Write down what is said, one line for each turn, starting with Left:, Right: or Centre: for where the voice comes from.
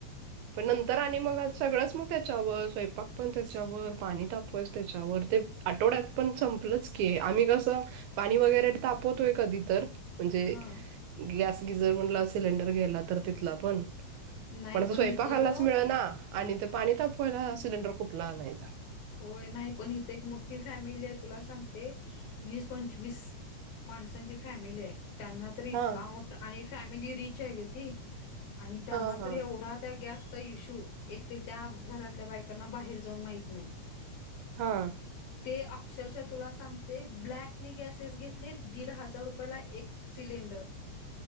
Right: पण नंतर आणि मग आ सगळंच मग त्याच्यावर. स्वयंपाक पण त्याच्यावर. पाणी तापवायच त्याच्या वर. ते आठवड्यात, पण संपलंच की, आम्ही कसं पाणी वगैरे तापवतोय. कधी तर. म्हणजे,
Left: हा
Right: गॅस गिजर म्हणला, सिलेंडर घ्यायला तर. तिथला पण.
Left: नाही
Right: पण अस स्वयंपाकायलाच
Left: इथं बघ
Right: मिळना. आणि ते पाणी तापवायला, सिलेंडर कुठला आणायचा.
Left: होय नाही पण इथे एक मोठी फॅमिलीये. तुला सांगते वीस पंचवीस माणसांची फॅमिलीये. त्यांना तर इतका
Right: हा
Left: मोठा. आणि फॅमिली रिचं आहे गं ती. आणि त्यांना
Right: हा हा
Left: तर एवढा त्या गॅसचा इश्यू. एकतरी त्या, घरातल्या बायकांना. बाहेर जाऊन माहीत नाही.
Right: हं.
Left: ते अक्षरशः तुला सांगते. ब्लॅकने गॅसेस घेतले. दीड हजार रुपयाला एक सिलेंडर.